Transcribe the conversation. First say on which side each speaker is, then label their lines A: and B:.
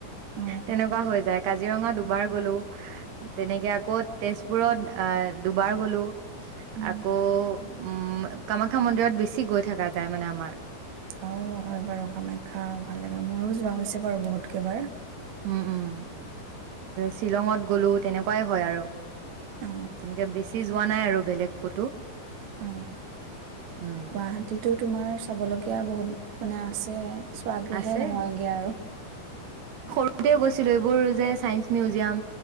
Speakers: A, on the right; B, on the right.
A: অ,
B: তেনেকুৱা হৈ যাই কাজিৰঙা দুবাৰ
A: উম,
B: গোলো তেনেকে তেজপুৰত আহ দুবাৰ গলো
A: উম।
B: আকৌ উম কামাখ্যা মন্দিৰত বেছি গৈ থকা যায় মানে আমাৰ
A: অ হয় বাৰু কামাখ্যা ভাল লাগে মোৰো যোৱা হৈছে বাৰু বহুতকেইবাৰ
B: উম উম শ্বিলঙত গ'লো তেনেক হয় হয় আৰু
A: অ,
B: তেনেকে বেছি যোৱা নাই আৰু বেলেগ ক'তো
A: অ,
B: উম
A: গুৱাহাটীতো তোমাৰ চাব লগগীয়া বহুত মানে আছে চোৱাগৈহে
B: আছে
A: নহয়গে আৰু
B: গতে গৈছিলো এইবোৰ যে চাইন্স মিউজিয়াম